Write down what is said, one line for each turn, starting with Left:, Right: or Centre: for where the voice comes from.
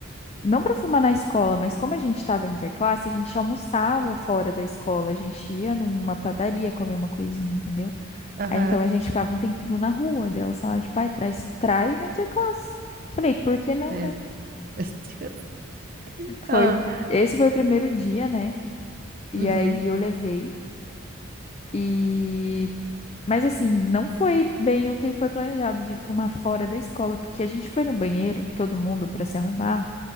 Left: não pra fumar na escola, mas como a gente tava interclasse, a gente almoçava fora da escola, a gente ia numa padaria comer uma coisinha, entendeu?
Right: Aham.
Left: Aí, então, a gente ficava um tempinho na rua, delas falaram, tipo, pai, traz, traz na interclasse. Falei, por que não,
Right: Meu
Left: né?
Right: Deus. <laughs>
Left: Foi,
Right: Ah,
Left: esse foi o primeiro dia, né? E
Right: uhum.
Left: aí eu levei e mas assim, não foi bem o que foi planejado de fumar fora da escola, porque a gente foi no banheiro, todo mundo pra se arrumar,